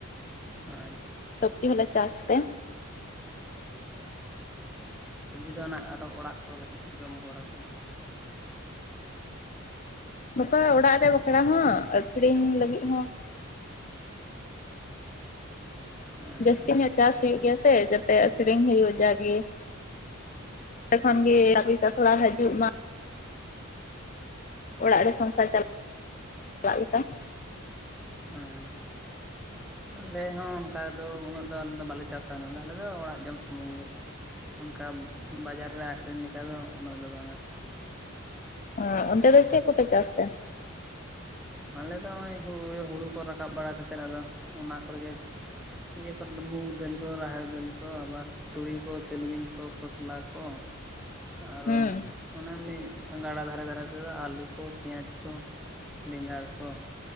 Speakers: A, in the centre; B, on the left (about 35°).
A: <unintelligible>
B: ᱥᱚᱵᱽᱡᱤ ᱦᱚᱞᱮ ᱪᱟᱥ ᱛᱮ᱾
A: ᱥᱚᱵᱽᱡᱤ ᱫᱚ ᱚᱱᱟ ᱟᱨᱚ ᱚᱲᱟᱜ ᱠᱚ ᱞᱟᱹᱜᱤᱫ ᱡᱚᱢ ᱵᱟᱲᱟ ᱞᱟᱹᱜᱤᱫ ᱾
B: ᱱᱚᱝᱠᱟ ᱚᱲᱟᱜ ᱨᱮ ᱵᱟᱠᱷᱨᱟ ᱦᱚᱸ ᱟᱠᱠᱷᱨᱤᱧ ᱞᱟᱹᱜᱤᱫ ᱦᱚᱸ ᱾
A: ᱦᱮᱸ
B: ᱡᱟᱹᱥᱛᱤ ᱧᱚᱜ ᱪᱟᱥ ᱦᱩᱭᱩᱜ ᱜᱮᱭᱟ ᱥᱮ ᱡᱟᱛᱮ ᱟᱠᱷᱨᱤᱧ ᱦᱩᱭᱩᱜ ᱡᱟᱜᱮ᱾ ᱚᱸᱰᱮ ᱠᱷᱚᱱ ᱜᱮ <inaudible> ᱛᱷᱚᱲᱟ ᱦᱤᱡᱩᱜ ᱢᱟ᱾ ᱚᱲᱟᱜ ᱨᱮ ᱥᱚᱝᱥᱟᱨ ᱪᱟᱞ ᱪᱟᱞᱟᱜ ᱞᱮᱠᱟ᱾
A: ᱮᱸ ᱟᱞᱮ ᱦᱚᱸ ᱚᱱᱠᱟ ᱫᱚ ᱩᱱᱟᱹᱜ ᱫᱚ ᱟᱞᱮ ᱫᱚ ᱵᱟᱞᱮ ᱪᱟᱥᱟ ᱩᱱᱟᱹᱜ ᱫᱚ ᱟᱞᱮ ᱫᱚ ᱚᱲᱟᱜ ᱡᱚᱢ ᱥᱩᱢᱩᱝ ᱜᱮ ᱾ ᱚᱱᱠᱟ ᱵᱟᱡᱟᱨ ᱨᱮ ᱟᱹᱠᱷᱨᱤᱧ ᱞᱮᱠᱟ ᱫᱚ ᱩᱱᱟᱹᱜ ᱫᱚ ᱵᱟᱝᱟ ᱾
B: ᱦᱩᱸ ᱚᱱᱰᱮ ᱫᱚ ᱪᱮᱫ ᱠᱚᱯᱮ ᱪᱟᱥ ᱛᱮ?
A: ᱟᱞᱮ ᱫᱚ ᱱᱚᱜᱚᱭ ᱦᱳᱲᱳ ᱠᱚ ᱨᱟᱠᱟᱵ ᱵᱟᱲᱟ ᱠᱟᱛᱮᱫ ᱟᱫᱚ ᱚᱱᱟ ᱠᱚᱨᱮᱜᱮ ᱾ ᱱᱤᱭᱟᱹ ᱠᱚᱨᱮ ᱢᱩᱩᱜᱽ ᱫᱟᱹᱞ ᱠᱚ ᱨᱟᱦᱮᱲ ᱫᱟᱹᱞ ᱠᱚ ᱟᱵᱟᱨ ᱛᱩᱲᱤ ᱠᱚ ᱛᱤᱞᱢᱤᱧ ᱠᱚ ᱠᱷᱚᱥᱞᱟ ᱠᱚ ᱾ ᱟᱨᱚ
B: ᱦᱩᱸ
A: ᱢᱟᱱᱮ ᱮᱢᱱᱤ ᱜᱟᱰᱟ ᱫᱷᱟᱨᱮ- ᱫᱷᱟᱨᱮ ᱛᱮᱫᱚ ᱟᱹᱞᱩ ᱠᱚ ᱯᱮᱸᱭᱟᱡᱽ ᱠᱚ ᱾ ᱵᱮᱸᱜᱟᱲ ᱠᱚ